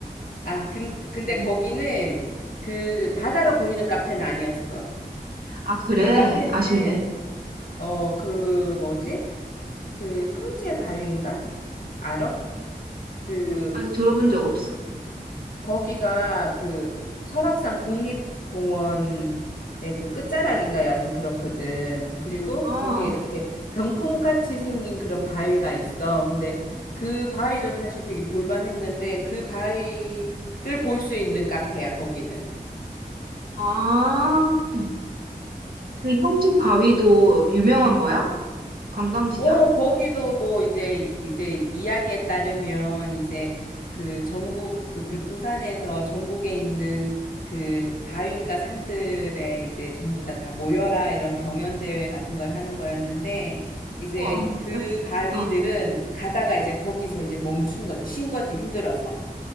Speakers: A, on the left (about 60°); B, on the right (about 70°).
A: 아, 근,
B: 그치?
A: 근데 거기는 그 바다가 보이는 카페는 아니었어.
B: 아, 그래?
A: 그 카페는
B: 아쉽네.
A: 어, 그, 뭐지? 그 형제 바위인가? 알아? 그
B: 아니, 들어본 적 없어.
A: 거기가 그 설악산 국립공원의 그 끝자락인가 여하튼 그렇거든. 그리고
B: 아,
A: 거기에 이렇게 병풍같이 생긴 그런 바위가 있어. 근데 그 바위도 사실 되게 볼만했는데 그 바위를 볼 수 있는 카페야, 거기는.
B: 아. 응. 그 형진 바위도 유명한 거야? 관광지야?
A: 어, 거기도 뭐 이제 이제 이야기에 따르면 이제 그 전국 그 백두산에서 전국에 있는 그 바위인가 산들에 이제 전부 다 다 모여라 이런 경연 대회 같은 걸 하는 거였는데 이제
B: 우와.
A: 그 바위들은
B: 어.
A: 가다가 이제 거기서 이제 멈춘 거지, 쉰 거지 힘들어서.